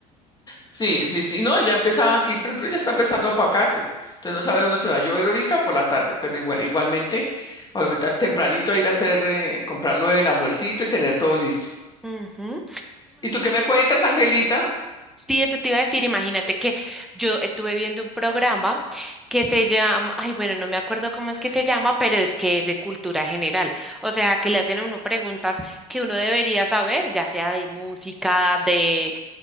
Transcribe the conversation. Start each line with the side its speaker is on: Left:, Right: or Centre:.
Left: Sí, sí, sí, no, ya empieza aquí, por ejemplo, ya está empezando a apacarse, entonces no sabe uno si va a llover ahorita o por la tarde, pero igual, igualmente, ahorita tempranito a ir a hacer, eh, comprarlo el almuercito y tener todo listo.
Centre: Ujú.
Left: ¿Y tú qué me cuentas, Angelita?
Centre: Sí, eso te iba a decir, imagínate que yo estuve viendo un programa que se llama, ay, bueno, no me acuerdo cómo es que se llama, pero es que es de cultura general. O sea, que le hacen a uno preguntas que uno debería saber, ya sea de música, de,